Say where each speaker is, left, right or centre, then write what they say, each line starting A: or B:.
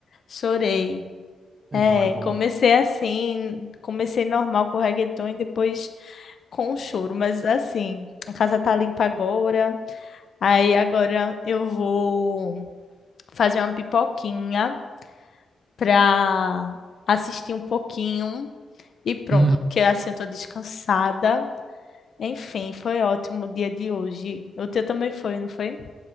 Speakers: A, on the left; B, on the right.
A: Chorei.
B: É
A: É,
B: bom, é bom.
A: comecei assim, comecei normal com o reggaeton e depois com o choro, mas assim, a casa tá limpa agora. Aí agora eu vou fazer uma pipoquinha pra assistir um pouquinho e pronto,
B: Uhum.
A: porque assim eu tô descansada. Enfim, foi ótimo o dia de hoje. O teu também foi, não foi?